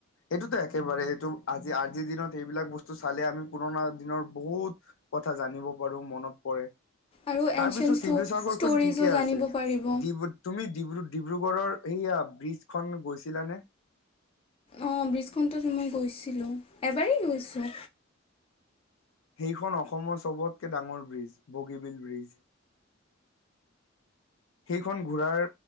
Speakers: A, on the left (about 75°); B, on the left (about 30°).
A: এইটোতো একেবাৰে আজি আজিৰ দিনত ইেইবিলাক বস্তু চালে আমি পুৰণা দিনৰ বহুত কথা জানিব পাৰো মনত পৰে।
B: আৰু
A: তাৰ
B: এনচিয়েণ্ট
A: পিছত
B: ষ্ট
A: শিৱসাগৰখন
B: ষ্টৰিজো
A: ঠিকে আছে।
B: জানিব পাৰিব
A: দি তুমি ডিব্ৰু ডিব্ৰুগড়ৰ সেয়া ব্ৰীজখন গৈছিলানে?
B: অ', ব্ৰীজখনণ্ডত মই গৈছিলো। এবাৰেই গৈছো।
A: সেইখন অসমৰ চবতকে ডাঙৰ ব্ৰীজ বগীবিল ব্ৰীজ সেইখন ঘূৰাৰ